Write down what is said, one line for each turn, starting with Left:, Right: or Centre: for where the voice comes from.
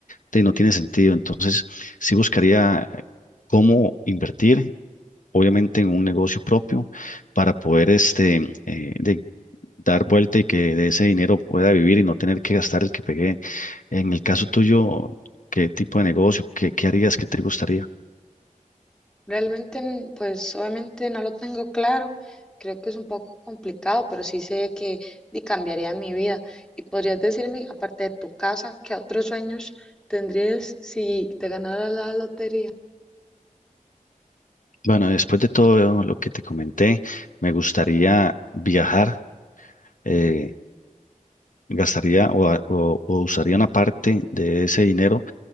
Left: te- no tiene sentido. Entonces, sí buscaría eh, cómo invertir obviamente en un negocio propio para poder este, eh, de- dar vuelta y que de ese dinero pueda vivir y no tener que gastar el que pegué. En el caso tuyo, ¿qué tipo de negocio? ¿Qué, qué harías? ¿Qué te gustaría?
Centre: Realmente, n- pues obviamente no lo tengo claro, creo que es un poco complicado, pero sí sé que di- cambiaría mi vida. ¿Y podrías decirme, aparte de tu casa, qué otros sueños tendrías si te ganaras la lotería?
Left: Bueno, después de todo lo que te comenté, me gustaría viajar, eh, gastaría o, a- o o usaría una parte de ese dinero